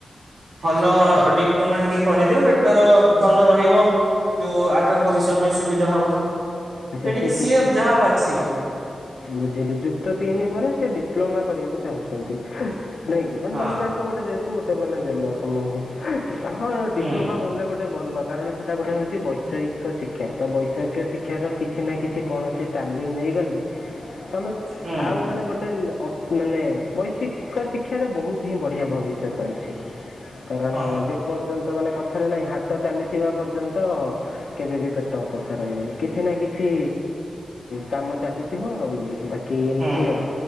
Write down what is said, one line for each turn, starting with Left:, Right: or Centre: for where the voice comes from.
Right: ଭଲ ଡିପ୍ଲୋମା ଟିକେ କରିଦେ ବେଟର ଭଲ ରହିବ। ଯୋଉ ଆଗାମୀ ଭବିଷ୍ୟ ପାଇଁ ସୁବିଧା ହବ।
Left: ଆଛା
Right: ତେଣିକି
Left: ସେ
Right: ସିଏ
Left: ଯୁ
Right: ଯାହା ବାଛିବ
Left: ବୁଝିଲି ଯୁକ୍ତ ତିନି ପରେ ସେ ଡିପ୍ଲୋମା କରିବାକୁ ଚାହୁଁଛନ୍ତି ନାଇକି ମାନେ
Right: ହଁ
Left: ତମେ ଯହାକୁ ଗୋଟେ ଯେ ଗୋଟେ ମାନେ ଦେଲ ତମ ହଁ ଡିପ୍ଲୋମା
Right: ହୁଁ
Left: ଭଲଲେ ଗୋଟେ ଭଲ। କାରଣ ସେଇଟା ଗୋଟେ ହେଉଛି ବୈଷୟିକ ଶିକ୍ଷା ତ ବୈଷୟିକ ଶିକ୍ଷାର କିଛି ନା କିଛି କୌଣସି ତାଲିମ ନେଇଗଲେ ତମେ
Right: ହୁଁ
Left: ଆଉ ମାନେ ଗୋଟେ ମାନେ ବୈଶିକ ଶିକ୍ଷାର ବହୁତ ହିଁ ବଢିଆ ଭବିଷ୍ୟତ ଅଛି। କାରଣ
Right: ହଁ ତ
Left: ଯେ ପର୍ଯ୍ୟନ୍ତ ମାନେ କଥାରେ ନାହିଁ ହାତ ପ <unintelligible> ଚାଲିଥିବା ପର୍ଯ୍ୟନ୍ତ କେବେ ବିି ପେଟ ଅପୋସା ରହିବନି, କିଛି ନା କିଛି କିଛି କାମ ଚାଲିଥିବ ଆଉ ଇଏ, ବାକି ଏମିତି
Right: ହୁଁ
Left: ଆଉ